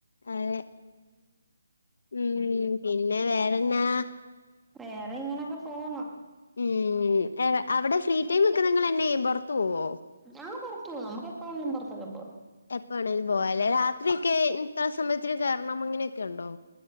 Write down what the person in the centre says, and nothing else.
വേറെ ഇങ്ങനക്കെ പോവുന്നു
ഞാപൊറത്തുപോനമുക്ക എപ്പാണെിലും പുറത്തൊക്കെ പോക